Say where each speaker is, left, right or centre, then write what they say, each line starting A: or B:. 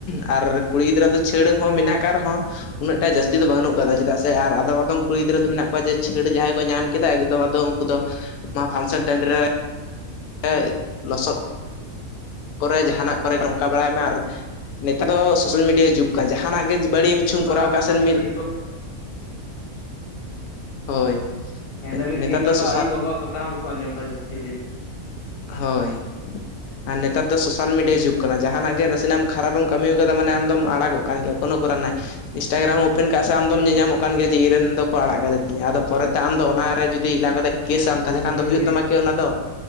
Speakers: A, on the left; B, on the left.
A: ᱟᱨ ᱠᱩᱲᱤ ᱜᱤᱫᱽᱨᱟᱹ ᱫᱚ ᱪᱷᱟᱹᱲ ᱦᱚᱸ ᱢᱮᱱᱟᱜ ᱟᱠᱟᱫ ᱨᱮᱦᱚᱸ ᱩᱱᱟᱹᱜᱴᱟ ᱡᱟᱹᱥᱛᱤ ᱫᱚ ᱵᱟᱹᱱᱩᱜ ᱟᱠᱟᱫᱟ ᱪᱮᱫᱟᱜ ᱥᱮ ᱟᱨ ᱟᱫᱚᱢ ᱟᱫᱚᱢ ᱠᱩᱲᱤ ᱜᱤᱫᱽᱨᱟᱹ ᱫᱚ ᱢᱮᱱᱟᱜ ᱠᱚᱣᱟ ᱡᱮ ᱪᱷᱟᱹᱲ ᱡᱟᱦᱟᱸᱭ ᱠᱚ ᱧᱟᱢ ᱠᱮᱫᱟ ᱮᱠᱫᱚᱢ ᱟᱫᱚ ᱩᱱᱠᱩ ᱫᱚ ᱢᱟ ᱯᱷᱟᱱᱥᱮᱱ ᱴᱟᱺᱰᱤ ᱨᱮ ᱮᱭ ᱞᱚᱥᱚᱫ ᱠᱚ ᱠᱚᱨᱮ ᱡᱟᱦᱟᱱᱟᱜ ᱠᱚᱨᱮ ᱚᱱᱠᱟ ᱵᱟᱲᱟᱭ ᱢᱮ ᱟᱨ ᱱᱮᱛᱟᱨ ᱫᱚ ᱥᱳᱥᱟᱞ ᱢᱤᱰᱤᱭᱟ ᱡᱩᱜᱽ। ᱠᱟᱱᱟ ᱡᱟᱦᱟᱱᱟᱜ ᱜᱮ ᱵᱟᱹᱲᱤᱡ
B: ᱛᱮᱦᱮᱸᱧ
A: ᱮᱢ ᱠᱤᱪᱷᱩᱢ
B: ᱜᱟᱯᱟ
A: ᱠᱚᱨᱟᱣ
B: ᱟᱨ
A: ᱠᱟᱜ ᱥᱮ
B: ᱢᱟᱱᱮ
A: ᱢᱤᱫ
B: ᱟᱭᱩ <unintelligible> ᱵᱟᱝ?
A: ᱦᱳᱭ
B: ᱢᱮᱱᱫᱟᱞᱤᱧ
A: ᱱᱮᱛᱟᱨ
B: ᱛᱤᱦᱤᱧ
A: ᱫᱚ
B: ᱜᱟᱯᱟ
A: ᱥᱳᱥᱟᱞ
B: ᱟᱭᱩ, ᱵᱟᱵᱟᱣᱟᱜ ᱠᱟᱛᱷᱟ ᱦᱚᱸ ᱵᱟᱠᱚ ᱟᱸᱡᱚᱢᱫᱟ ᱡᱟᱹᱥᱛᱤ ᱛᱮ।
A: ᱦᱳᱭ᱾ ᱟᱨ ᱱᱮᱛᱟᱨ ᱫᱚ ᱥᱳᱥᱟᱞ ᱢᱤᱰᱤᱭᱟ ᱡᱩᱜᱽ ᱠᱟᱱᱟ ᱡᱟᱦᱟᱱᱟᱜ ᱜᱮ ᱱᱟᱥᱮᱱᱟᱜ ᱮᱢ ᱠᱷᱟᱨᱟᱯ ᱮᱢ ᱠᱟᱹᱢᱤ ᱟᱠᱟᱫᱟ ᱢᱟᱱᱮ ᱟᱢᱫᱚᱢ ᱟᱲᱟᱜᱚᱜ ᱠᱟᱱ ᱜᱮᱭᱟ। ᱠᱳᱱ ᱠᱚᱨᱟᱨ ᱱᱟᱭ ᱤᱱᱥᱴᱟᱜᱨᱟᱢ ᱳᱯᱮᱱ ᱠᱟᱜ-ᱟ ᱥᱮ ᱟᱢᱫᱚᱢ
B: ᱦᱮᱸ
A: ᱧᱮᱸᱧᱟᱢᱚᱜ ᱠᱟᱱ ᱜᱮᱭᱟ ᱡᱮ ᱤᱧᱨᱮᱱ ᱫᱚᱠᱚ ᱟᱲᱟᱜ ᱠᱟᱫᱮ ᱛᱤᱧᱟᱹ ᱟᱫᱚ ᱯᱚᱨᱮᱛᱮ ᱟᱢᱫᱚ ᱚᱱᱟᱨᱮ ᱡᱩᱫᱤ ᱦᱮᱞᱟᱣ ᱠᱟᱛᱮ ᱠᱮᱥᱟᱢ
B: ᱟᱫᱚ
A: ᱛᱟᱦᱚᱞᱮ
B: ᱥᱚᱢᱚᱭ
A: ᱠᱷᱟᱱ ᱫᱚ ᱦᱩᱭᱩᱜ
B: ᱦᱩᱭᱮᱱ
A: ᱛᱟᱢᱟ ᱠᱤ ᱚᱱᱟ ᱫᱚ